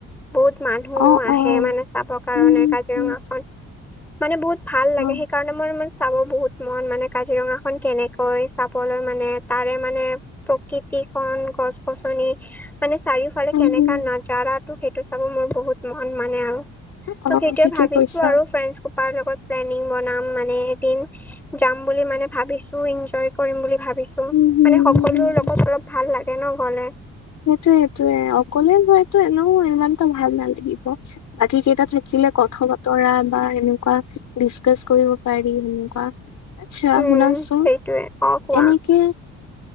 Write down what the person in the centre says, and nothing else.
বহুত মানুহ
আহে
মানে চাব কাৰণে
কাজিৰঙাখন,
মানে বহুত ভাল লাগে
সেইকা কাৰণে মোৰ ইমান চাব বহুত মন মানে কাজিৰঙাখন কেনেকৈ চাবলৈ মানে, তাৰেমানে প্ৰকৃতিখন গছ গছনি মানে চাৰিও ফালে
কেনেকা নাজাৰটো সেইটো চাব মোৰ বহুত মন মানে আৰু।
ত' সেইটোৱে
ভাবিছোঁ
আৰু ফ্ৰেণ্ডছ সুপাৰ লগত প্লেনি বনাম মানে এদিন যাম বুলি মানে ভাবিছোঁ, এনজয় কৰিম বুলি ভাবিছোঁ
সকলোৰ
লগত অলপ ভাল লাগে ন' গলে?
উম
সেইটোৱে অ কোৱা